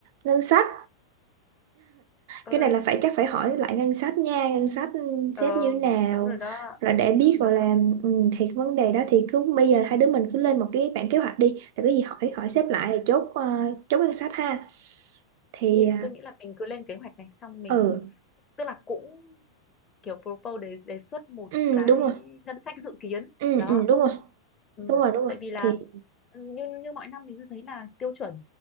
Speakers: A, on the right (about 50°); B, on the left (about 25°).
A: ngân sách
B: ơi
A: cái này là phải chắc phải hỏi lại ngân sách nha ngân sách ừ,
B: ờ
A: xếp như thế nào
B: đúng rồi đó
A: rồi để biết
B: đúng rồi
A: gọi
B: đó
A: là ừ, thì cái vấn đề đó thì cứ bây giờ hai đứa mình cứ lên một cái bản kế hoạch đi rồi cái gì hỏi hỏi
B: ừ.
A: xếp lại rồi chốt ờ, chốt ngân sách ha thì
B: thì tôi nghĩ là mình cứ lên kế hoạch này xong mình
A: ờ, ừ
B: tức là cũng kiểu propose đề đề xuất một
A: ừ
B: cái
A: đúng rồi
B: ngân sách dự kiến
A: ừ
B: đó
A: ừ đúng rồi
B: ừ.
A: đúng rồi đúng rồi
B: tại vì là
A: thì
B: ừ, như như mọi năm thì tôi thấy là tiêu chuẩn